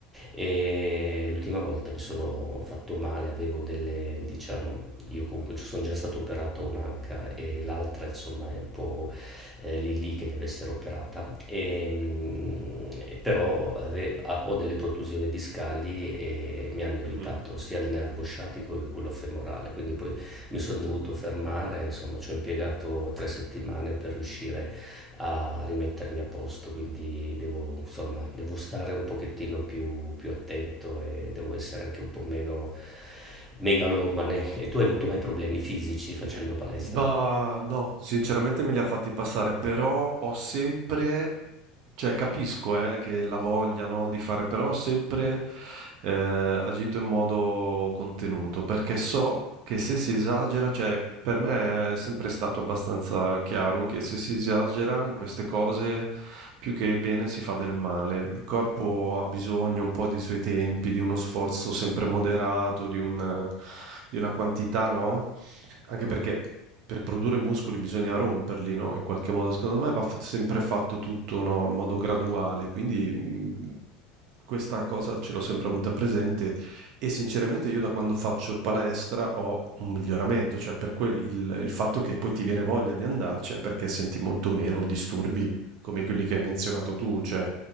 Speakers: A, in the centre; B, on the right.
A: E l'ultima volta mi sono fatto male, avevo delle, diciamo io comunque sono già stato operato un'anca e l'altra insomma è un po' eh, lì lì che deve essere operata. E, mm, e però ave- ha- ho delle protusioni discali e mi hanno irritato
B: mhm.
A: sia il nervo sciatico che quello femorale, quindi poi mi sono dovuto fermare, insomma ci ho impiegato tre settimane per riuscire a rimettermi a posto, quindi devo, insomma, devo stare un pochettino più, più attento e devo essere anche un po' meno megalomane. E tu hai avuto mai problemi fisici
B: Sì.
A: facendo palestra?
B: Ma no, sinceramente me li ha fatti passare, però ho sempre, cioè capisco eh, che la vogliano di fare, però ho sempre eh, agito in modo contenuto, perché so che se si esagera, cioè per me è sempre stato abbastanza chiaro che se si esagera in queste cose, più che bene si fa del male. Il corpo ha bisogno un po' dei suoi tempi, di uno sforzo sempre moderato, di un- di una quantità, no? Anche perché per produrre muscoli bisogna romperli, no? In qualche modo, secondo me va fa- sempre fatto tutto, no? In modo graduale, quindi mh, questa cosa ce l'ho sempre avuta presente e sinceramente io da quando faccio palestra ho un miglioramento, cioè per que- il, il fatto che poi ti viene voglia di andarci è perché senti molto meno disturbi come quelli che hai menzionato tu, cioè